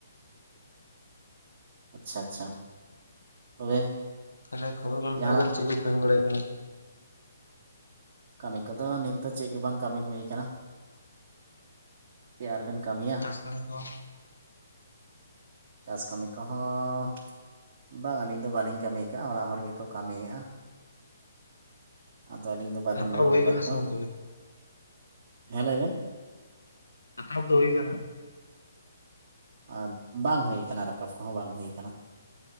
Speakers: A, on the right (about 50°); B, on the left (about 80°).
A: ᱟᱪᱪᱷᱟ ᱟᱪᱪᱷᱟ᱾ ᱛᱚᱵᱮ
B: ᱟᱪᱪᱷᱟ ᱠᱷᱚᱵᱚᱨ ᱠᱚ
A: ᱡᱟᱦᱟᱱᱟᱜ
B: ᱞᱟᱹᱭᱵᱮᱱ ᱪᱮᱫ ᱠᱚ ᱠᱟᱹᱢᱤ ᱵᱟᱲᱟ ᱦᱩᱭᱩᱜ ᱠᱟᱱᱟ
A: ᱠᱟᱹᱢᱤ ᱠᱚᱫᱚ ᱱᱤᱛ ᱫᱚ ᱪᱮᱫ ᱜᱮ ᱵᱟᱝ ᱠᱟᱹᱢᱤ ᱦᱩᱭ ᱠᱟᱱᱟ ᱪᱮᱫ ᱟᱨᱵᱤᱱ ᱠᱟᱹᱢᱤᱭᱟ
B: ᱪᱟᱥ ᱠᱟᱹᱢᱤ ᱠᱚ
A: ᱪᱟᱥ ᱠᱟᱹᱢᱤ ᱠᱚᱦᱚᱸ ᱵᱟᱝ ᱟᱹᱞᱤᱧ ᱫᱚ ᱵᱟᱞᱤᱧ ᱠᱟᱹᱢᱤ ᱠᱟᱜᱼᱟ ᱚᱲᱟᱜ ᱦᱚᱲ ᱜᱮᱠᱚ ᱠᱟᱹᱢᱤᱭᱮᱜᱼᱟ᱾ ᱟᱫᱚ ᱟᱹᱞᱤᱧ ᱫᱚ ᱵᱟᱞᱤᱧ
B: ᱦᱟᱛᱟᱣ
A: ᱜᱚᱲᱚ
B: ᱦᱩᱭ
A: ᱠᱟᱜ
B: ᱠᱟᱱᱟ
A: ᱠᱚᱣᱟ
B: ᱥᱮ ᱵᱟᱝ ᱛᱚᱵᱮ
A: ᱦᱮᱸ ᱞᱟᱹᱭ ᱵᱮᱱ᱾
B: ᱥᱟᱛᱷᱟᱯ ᱫᱚ ᱦᱩᱭ ᱟᱠᱟᱱᱟ᱾
A: ᱟᱨ ᱵᱟᱝ ᱦᱩᱭ ᱟᱠᱟᱱᱟ ᱨᱟᱠᱟᱵ ᱠᱚᱦᱚᱸ ᱵᱟᱝ ᱦᱩᱭ ᱟᱠᱟᱱᱟ᱾